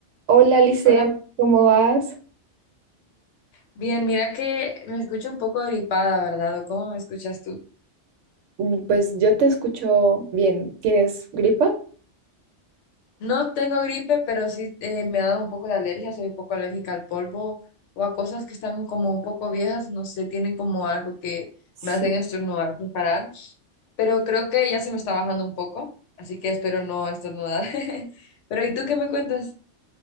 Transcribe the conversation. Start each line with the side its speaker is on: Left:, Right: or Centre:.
Right: Hola, Lice,
Left: Hola,
Right: ¿cómo vas?
Left: bien, mira que me escucho un poco gripada, ¿verdad? ¿O cómo me escuchas tú?
Right: Mm, Pues yo te escucho bien. ¿Tienes gripa?
Left: No tengo gripe, pero sí eh, me ha dado un poco de alergia, soy un poco alérgica al polvo o a cosas que están como un poco viejas, no sé, tienen como algo que
Right: Sí,
Left: me hacen estornudar sin parar, pero creo que ya se me está bajando un poco, así que espero no estornudar. <laughs> Pero ¿y tú qué me cuentas?